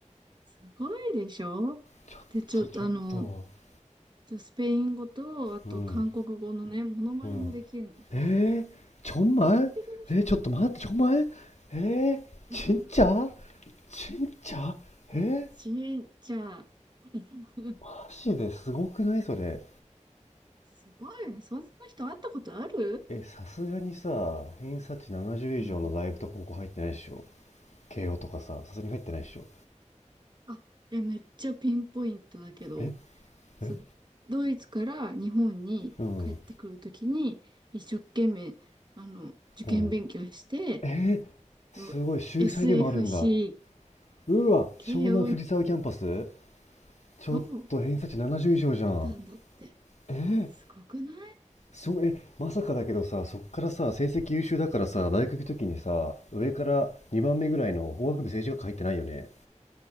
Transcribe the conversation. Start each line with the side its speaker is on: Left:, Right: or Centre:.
Right: すごいでしょで、
Left: ちょっと、
Right: ちょっとあの、
Left: ちょっと。
Right: ちょスペイン語と、あと韓国語のね、
Left: うん、
Right: モノマネもできるの。
Left: うん。 에정말에잠깐만정말에진짜
Right: 完璧でしょそんな
Left: 진짜에
Right: ちじゃあ、<laughs>
Left: マジですごくないそれ。
Right: すごいよね。そんな人会ったことある
Left: え、さすがにさ、偏差値70以上の大学とか高校入ってないでしょ。
Right: うん。
Left: 慶応とかさ、さすがに入ってないでしょ。
Right: あ、え、めっちゃピンポイントだけど、
Left: え
Right: そ、
Left: え
Right: ドイツから日本に帰ってくるときに、
Left: うん。
Right: 一生懸命、あの、受験勉強して、
Left: うん。えー、すごい、
Right: う
Left: 秀才でもあるんだ。
Right: SFC、
Left: うわ、
Right: 慶応に
Left: 湘南藤沢キャンパスちょっと偏差値70以上じゃん。
Right: そう入ったんだって。
Left: えー
Right: すごくない
Left: すごい、え、まさかだけどさ、そっからさ、成績優秀だからさ、大学行くときにさ、上から2番目ぐらいの法学部政治学科入ってないよね。